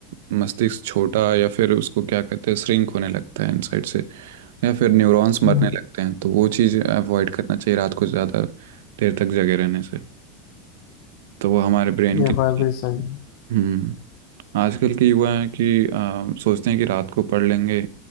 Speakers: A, on the right (about 80°); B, on the left (about 65°).
A: मस्तिष्क छोटा या फिर उसको क्या कहते हैं श्रिंक होने लगता है इनसाइड से या फिर न्यूरॉन्स मरने
B: हम्म,
A: लगते हैं तो वो चीज़ अवॉइड करना चाहिए रात को ज़्यादा देर तक जगे रहने से तो वो हमारे ब्रेन
B: ये
A: के लिए
B: बात भी सही है
A: हम्म आजकल के युवा हैं कि आ, सोचते हैं कि रात को पढ़ लेंगे